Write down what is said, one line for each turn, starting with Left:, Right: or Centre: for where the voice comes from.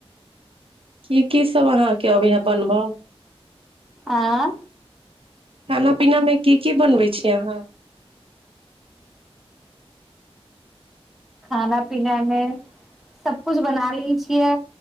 Right: की किस सब अहाँके अबैय या बनब
Centre: आँ
Right: खाना पीनामे की की बनबै छीय अहाँ
Centre: खाना पीनामे सभकिछु बना लै छियै